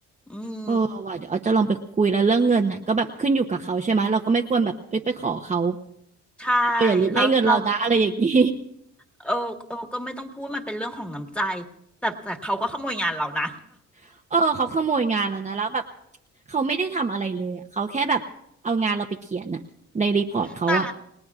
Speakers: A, in the centre; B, on the right.
A: อืม
B: เออว่ะเดี๋ยวอ้อจะลองไปคุยแล้วเรื่องเงินนะก็แบบขึ้นอยู่กับเขาใช่ไหมเราก็ไม่ควรแบบเอ้ยไปขอเขา
A: ใช่
B: เธออย่าลืมให้เงินเรานะอะไรอย่างนี้
A: แล้วเราเออเออก็ไม่ต้องพูดมันเป็นเรื่องของน้ำใจแต่แต่เขาก็ขโมยงานเรานะ
B: <laughs> เออเขาขโมยงานเรานะแล้วแบบเขาไม่ได้ทำอะไรเลยอ่ะเขาแค่แบบเอางานเราไปเขียนอ่ะในรีพอร์ตเขาอ่ะ
A: <laughs> แต่